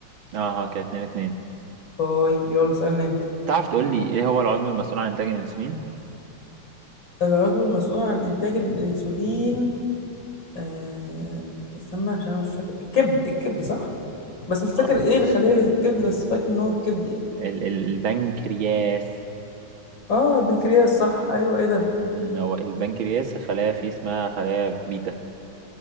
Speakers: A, on the right (about 80°); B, on the left (about 70°).
A: اه ها كده اتنين اتنين
B: طيب يلا سألني انت
A: تعرف تقول لي ايه هو العضو المسؤول عن إنتاج الأنسولين؟
B: العضو المسؤول عن انتاج الانسولين آه، استنى عشان انا مش فاكر الكبد الكبد صح بس مش فاكر
A: غلط
B: ايه الخلايا اللي في الكبد بس فاكر ان هو الكبد يعني.
A: ال- ال- البنكرياس
B: اه البنكرياس صح ايوه ايه ده
A: مم، هو البنكرياس خلايا فيه اسمها خلايا بيتا